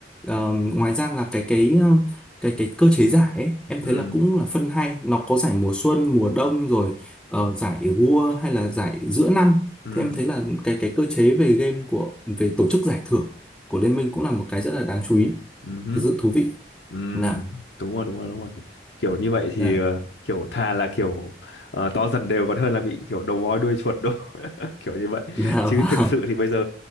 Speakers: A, in the centre; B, on the left.
A: Ờ, ngoài ra là cái cái ờ, cái cái cơ chế giải ấy, em
B: ừ,
A: thấy là cũng là phân hay nó có giải mùa xuân mùa đông rồi ờ, giải vua hay là giải giữa năm
B: ừ,
A: thì em thấy là cái cái cơ chế về game của về tổ chức giải thưởng của Liên minh cũng là một cái rất là đáng chú ý
B: ừ, ừ.
A: thực sự thú vị
B: Ừ,
A: dạ
B: đúng rồi đúng rồi đúng rồi kiểu như vậy thì
A: dạ
B: ờ, kiểu thà là kiểu ờ, to dần đều còn hơn là bị kiểu đầu voi đuôi chuột đâu <laughs> kiểu như vậy
A: dạ
B: chứ
A: <laughs>
B: thực
A: vâng
B: sự thì bây giờ